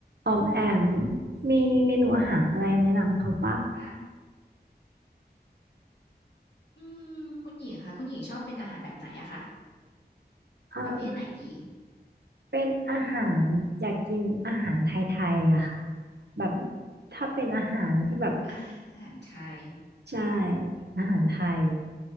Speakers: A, on the right (about 75°); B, on the left (about 85°).
A: ออมแอมมีเมนูอาหารอะไรแนะนำเขาปะ
B: ค่ะอืมคุณหญิงค่ะคุณหญิงชอบเป็นอาหารแบบไหนอะคะ
A: เออ
B: ประเภทไหนดี
A: เป็นอาหารอยากกินอาหารไทยๆอะค่ะแบบถ้าเป็นอาหารที่แบบ
B: อาหารไทย
A: ใช่อาหารไทย